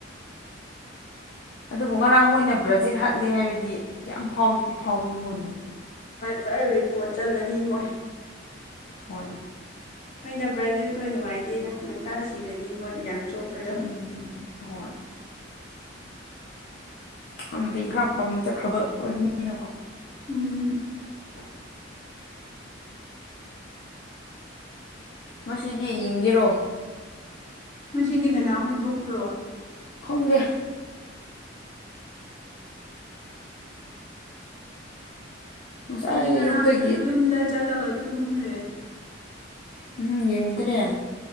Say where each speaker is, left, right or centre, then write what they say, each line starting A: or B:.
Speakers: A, on the left; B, on the left.
A: ꯑꯗꯨꯕꯨ ꯉꯔꯥꯡ ꯃꯣꯏꯅ ꯕ꯭ꯔꯥꯖꯤꯜ ꯍꯥꯠꯂꯦ ꯍꯥꯏꯔꯗꯤ ꯌꯥꯝ ꯐꯥꯎꯗꯤ ꯐꯥꯎꯅꯤ ꯃꯣꯏ ꯃꯤ
B: ꯄꯨꯔ ꯔꯦꯀꯣꯔꯠ ꯆꯠꯂꯅꯤ ꯃꯣꯏ
A: ꯍꯣꯏ
B: ꯑꯩꯣꯏꯅ ꯕ꯭ꯔꯥꯖꯤꯜ ꯈꯣꯏ ꯅꯨꯡꯉꯥꯏꯇꯦꯗ ꯉꯟꯇꯥꯛ ꯁꯤꯔꯗꯤ ꯃꯣꯏ ꯌꯥꯝ ꯆꯣꯄꯗ
A: ꯎꯝ ꯍꯣꯏ ꯍꯅꯗꯤ ꯈꯔ ꯃꯃꯤꯡ ꯆꯠꯈ꯭ꯔꯕ ꯑꯣꯏꯕꯅꯤꯅꯀꯣ
B: ꯎꯝ
A: <unintelligible> ꯉꯁꯤꯗꯤ ꯌꯦꯡꯒꯦꯔꯣ
B: ꯉꯗꯤ ꯀꯅꯥ ꯍꯊꯣꯛꯄ꯭ꯔꯣ
A: ꯈꯪꯗꯦ ꯉꯁꯥꯏ
B: ꯑꯩꯗꯤ ꯉꯔꯥꯡ
A: ꯑꯌꯨꯛꯇꯒꯤ
B: ꯌꯨꯝꯗ ꯆꯠꯂꯒ ꯇꯨꯝꯈ꯭ꯔꯦ
A: ꯎꯝ ꯌꯦꯡ ꯇ꯭ꯔ